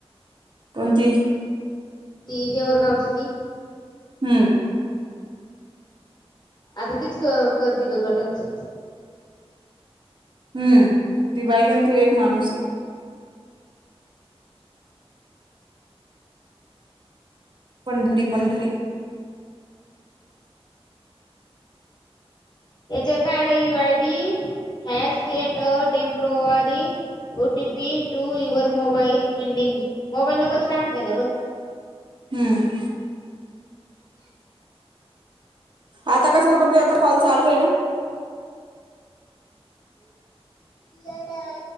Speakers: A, on the right (about 50°); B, on the left (about 40°).
A: कोणती?
B: ती, देवरगावची ती?
A: हम्म
B: आता तेीच क करते का गटांच?
A: हम्म, ती बाई अन तो एक माणूस आहे. पंढरी, पंढरी
B: याच्यावर काय आलय, U I D has sent a temporary OTP to your mobile ending mobile number सांगायचा डबल
A: हम्, आता कसंल पण ते आता कॉल चालू आहे ना?
B: अडा